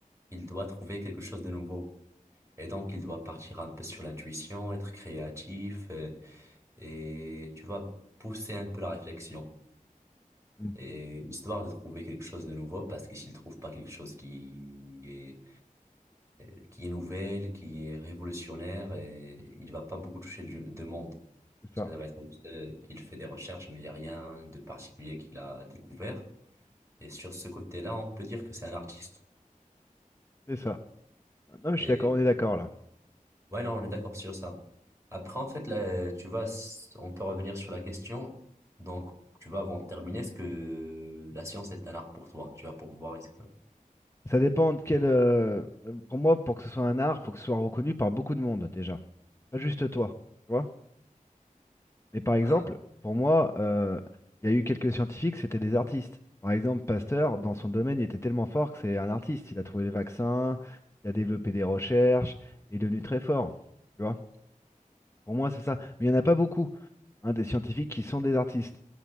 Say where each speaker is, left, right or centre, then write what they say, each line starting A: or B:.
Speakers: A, on the right; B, on the left.
A: il doit trouver quelque chose de nouveau. Et donc, il doit partir un peu sur l'intuition, être créatif, euh, et tu vois, pousser un peu la réflexion.
B: Mm.
A: Et histoire de trouver quelque chose de nouveau, parce que s'il trouve pas quelque chose qui est, euh, qui est nouvelle, qui est révolutionnaire, et il va pas beaucoup toucher de, de monde.
B: C'est
A: Parce
B: ça.
A: que ça va être juste euh, qu'il fait des recherches, mais il n'y a rien de particulier qu'il a découvert. Et sur ce côté-là, on peut dire que c'est un artiste.
B: C'est ça. Non, mais je
A: Et
B: suis d'accord, on est d'accord là.
A: Ouais, non, on est d'accord sur ça. Après, en fait, là, tu vois, s- on peut revenir sur la question. Donc, tu vois, avant de terminer, est-ce que la science est un art pour toi? Tu vas pour voir. est-ce que-
B: Ça dépend de quel. euh, Pour moi, pour que ce soit un art, faut que ce soit reconnu par beaucoup de monde déjà. Pas juste toi, tu vois? Mais par exemple,
A: Ah,
B: pour moi, euh, il y a eu quelques scientifiques, c'était des artistes. Par exemple, Pasteur, dans son domaine, il était tellement fort que c'est un artiste. Il a trouvé le vaccin, il a développé des recherches, il est devenu très fort. Tu vois? Pour moi, c'est ça. Mais il n'y en a pas beaucoup, hein, des scientifiques qui sont des artistes.